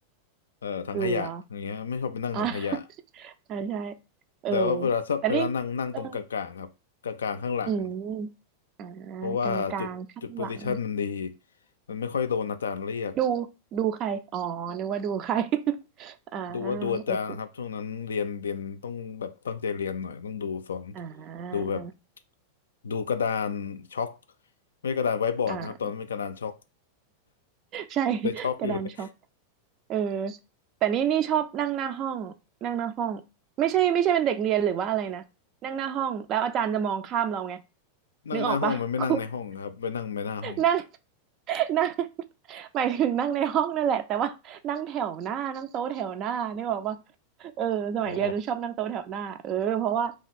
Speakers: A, on the left; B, on the right.
A: เอ่อถังขยะอย่างเงี้ยไม่ชอบไปนั่งถังขยะ
B: เหรออ่ะใช่ใช่เออ
A: แต่ว่าเวลาชอบไปแล้วนั่งนั่งตรงกลางๆครับกลางๆข้างหลัง
B: แต่นี่เอออืมอ่า
A: เพราะว่าจุดจุดโพซิชันมันดี
B: กลางๆข้างหลัง
A: มันไม่ค่อยโดนอาจารย์เรียก
B: ดูดูใครอ๋อนึกว่าดูใคร <laughs> อ่า
A: ดูดูอาจารย์นะครับช่วงนั้นเรียนเรียนต้องแบบตั้งใจเรียนหน่อยต้องดูสอน
B: โอเคอ่า
A: ดูแบบดูกระดานช็อกไม่ใช่กระดานไว้บอร์ดนะครับตอนนั้นเป็นกระดานช็อก
B: อ่าใช่
A: <laughs>
B: <laughs>
A: แต่ช็อกอยู่เลย
B: กระดานช็อกเออแต่นี่นี่ชอบนั่งหน้าห้องนั่งหน้าห้องไม่ใช่ไม่ใช่เป็นเด็กเรียนหรือว่าอะไรนะนั่งหน้าห้องแล้วอาจารย์จะมองข้ามเราไง
A: นั่งหน้าห้องมันไม่นั่งในห้องครับไปนั่งไปหน้าห้อง
B: นึกออกปะครู <laughs> นั่งนั่งหมายถึงนั่งในห้องนั่นแหละแต่ว่านั่งแถวหน้านั่งโต๊ะแถวหน้านี่บอกว่าเออสมัยเรียนจะชอบนั่งโต๊ะแถวหน้าเออเพราะว่า
A: อ๋อ